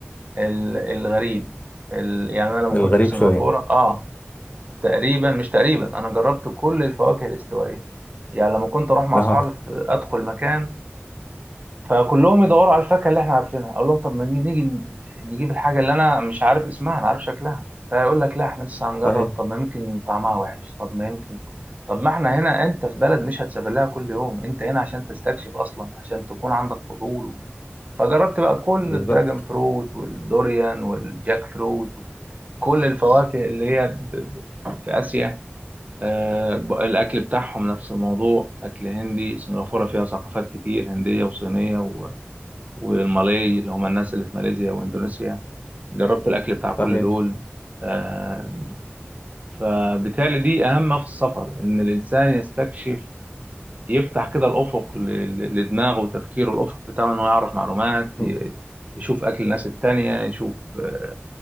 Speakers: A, on the right (about 35°); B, on the left (about 35°).
A: ال- الغريب ال... يعني أنا لما
B: الغريب
A: كنت في سنغافورة
B: شوية
A: آه تقريبا مش تقريبا أنا جربت كل الفواكه الاستوائية يعني لما كنت أروح مع
B: اه
A: أصحابي في- أدخل مكان فكلهم يدوروا على الفاكهه اللي احنا عارفينها اقول لهم طب ما نيجي نيجي نجيب الحاجه اللي انا مش عارف اسمها انا عارف شكلها فيقول لك لا احنا لسه هنجرب
B: صحيح
A: طب ما يمكن طعمها وحش طب ما يمكن طب ما احنا هنا انت في بلد مش هتسافر لها كل يوم انت هنا عشان تستكشف اصلا عشان تكون عندك فضول فجربت بقى كل
B: بالظبط
A: الدراجون فروت والدوريان والجاك فروت كل الفواكه اللي هي ب... ب... في اسيا آه، ب- الاكل بتاعهم نفس الموضوع اكل هندي سنغافوره فيها ثقافات كتير هنديه وصينيه والمالاي اللي هم الناس اللي في ماليزيا واندونيسيا جربت الاكل بتاع كل
B: صحيح
A: دول آه، فبالتالي دي اهم في السفر ان الانسان يستكشف يفتح كده الافق ل- ل- لدماغه وتفكيره الافق بتاعه انه يعرف معلومات ي-
B: م.
A: يشوف اكل الناس التانية يشوف آه،